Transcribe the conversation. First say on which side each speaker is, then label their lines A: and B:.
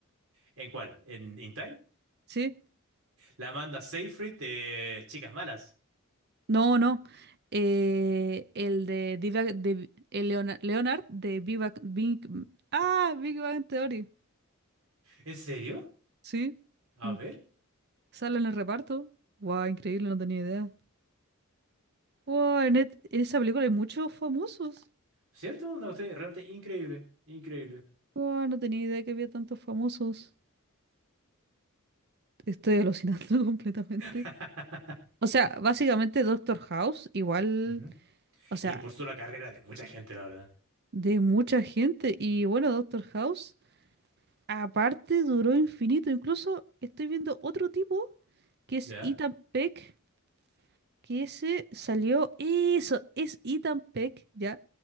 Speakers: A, on the right (about 70°); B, on the right (about 45°).
A: ¿En cuál? ¿En In Time?
B: ¿sí?
A: La Amanda Seyfried de Chicas Malas.
B: No, no. eh, el de, Diva- de el Leona- Leonard, de Big Bang, Big- ah, Big Bang Theory.
A: ¿En serio?
B: Sí.
A: A
B: Mm,
A: ver.
B: Sale en el reparto. Guau, increíble, no tenía idea. Guau, en, et- en esa película hay muchos famosos.
A: ¿Cierto? Una cuestión realmente increíble. Increíble.
B: Guau, no tenía idea que había tantos famosos. Estoy alucinando <laughs> completamente.
A: <laughs>
B: O sea, básicamente Doctor House, igual,
A: Ujú.
B: o sea,
A: Impulsó la carrera de mucha gente, la verdad.
B: de mucha gente. Y bueno, Doctor House. Aparte, duró infinito. Incluso estoy viendo otro tipo que es
A: ¿Ya?
B: Ethan Peck, que ese salió. Eso, es Ethan Peck, ya.